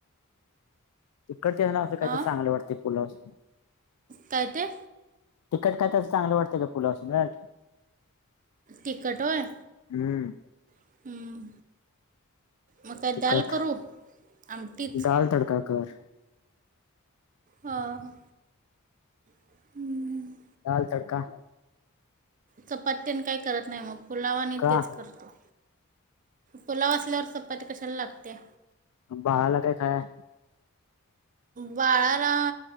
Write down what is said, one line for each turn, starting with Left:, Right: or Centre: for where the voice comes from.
Left: कटते ना चांगलं
Right: हां
Left: वाटतंय पुलावच.
Right: काय ते?
Left: तिखट काय तर असं चांगलं वाटतंय का पुलाव संगत?
Right: तिखट होय?
Left: हम्म.
Right: हं. मग काय
Left: तिखट
Right: दाल करू आमटीच
Left: डाळ तडका कर.
Right: हां. <unintelligible>
Left: दाल तडका.
Right: चपाती तेन काय करत नाही मग. पुलाव आणि
Left: का
Right: तेच करतो. पुलाव असल्यावर चपाती कशाला लागते
Left: बाळाला काय खाय?
Right: बाळाला